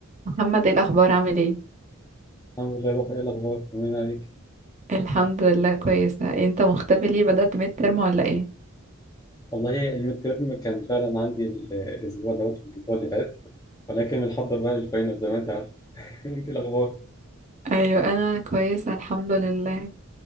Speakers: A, on the right (about 35°); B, on the left (about 15°).
A: محمد ايه الاخبار عامل ايه
B: الحمد لله روح ايه الاخبار طمنين عليك
A: الحمد لله كويسه انت مختفي ليه بدأت ميد ترم ولا ايه
B: والله الميد تيرم كان فعلا عندي ال- الاسبوع دوت الاسبوع اللي فات ولكن بنحضر بقى للفاينل زي ما انت عارف <laughs> انت إيه الاخبار
A: ايوه انا كويسه الحمد لله